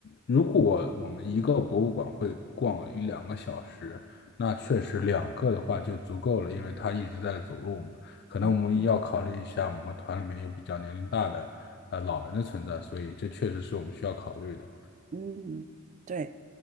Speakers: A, on the left; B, on the right.
A: 如果我们一个博物馆会逛一两个小时，那确实两个的话就足够了，因为他一直在走路嘛。可能我们要考虑一下，
B: 嗯
A: 我们团里面有比较年龄大的呃老人的存在，所以这确实是我们需要考虑的。
B: 嗯，对，